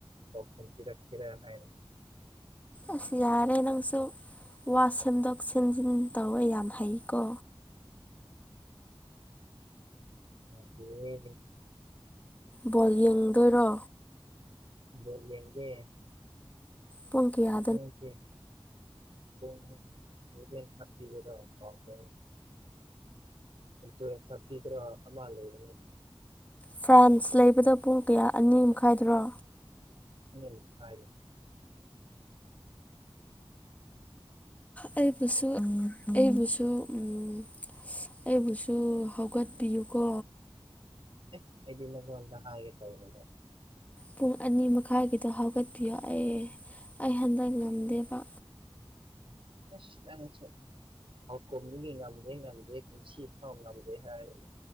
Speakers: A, on the right; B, on the left.
A: ꯄꯥꯎꯈꯨꯝ ꯄꯤꯔꯛꯀꯦꯔꯥ ꯍꯥꯏꯅ
B: ꯑꯁ ꯌꯥꯔꯦ ꯅꯪꯁꯨ ꯋꯥ ꯁꯦꯝꯗꯣꯛ ꯁꯦꯝꯖꯤꯟ ꯇꯧꯋꯦ ꯌꯥꯝ ꯍꯩꯀꯣ
A: ꯌꯥꯗꯤꯌꯦ
B: ꯕꯣꯜ ꯌꯦꯡꯗꯣꯏꯔꯣ
A: ꯕꯣꯜ ꯌꯦꯡꯒꯦ
B: ꯄꯨꯡ ꯀꯌꯥ
A: ꯈꯪꯗꯦ ꯄꯨꯡ ꯏꯂꯕꯦꯟꯊꯔꯇꯤꯒꯤꯗꫭ ꯀꯥꯎꯈ꯭ꯔꯦ ꯎꯝ ꯇꯨꯋꯦꯞꯊꯔꯇꯤꯗꯔꫭ ꯑꯃ ꯂꯩꯕꯅꯦ
B: ꯐ꯭ꯔꯥꯟꯁ ꯂꯩꯕꯗꫭ ꯄꯨꯡ ꯀꯌꯥ ꯑꯅꯤꯃꯈꯥꯏꯗꯔꯣ
A: ꯑꯅꯤꯃꯈꯥꯏꯗꯅꯤ
B: ꯑꯩꯕꯨꯁꯨ ꯑꯩꯕꯨꯁꯨ ꯎꯝ ꯑꯩꯕꯨꯁꯨ ꯍꯧꯒꯠꯄꯤꯌꯨꯀꯣ
A: ꯑꯦꯑꯩꯗꯤ ꯅꯉꫭꯟꯗ ꯍꯥꯏꯒꯦ ꯇꯧꯔꯒ
B: ꯄꯨꯡ ꯑꯅꯤ ꯃꯈꯥꯏꯒꯤꯗꯣ ꯍꯧꯒꯠꯄꯤꯌꯣ ꯑꯦ ꯑꯩ ꯍꯟꯗꯛ ꯉꯝꯗꯦꯕ
A: ꯑꯩꯁ ꯅꯪꯁꯨ ꯍꯥꯎ ꯀꯨꯝꯗꯒꯤ ꯉꯝꯗꯦ ꯉꯝꯗꯦ ꯀꯨꯝꯁꯤꯐꯥꯎ ꯉꯝꯗꯦ ꯍꯥꯏꯔꯒ